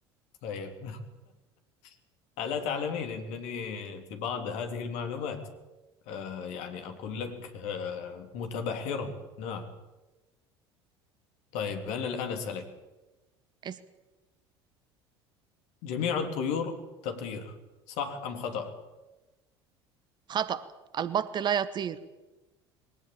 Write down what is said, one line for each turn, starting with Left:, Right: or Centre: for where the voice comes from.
Left: طيب <laughs> ألا تعلمين أنني في بعض هذه المعلومات آه يعني أقول لك آه متبحرا نعم طيب أنا الآن أسألك
Right: اس-
Left: جميع الطيور تطير صح أم خطأ؟
Right: خطأ، البط لا يطير.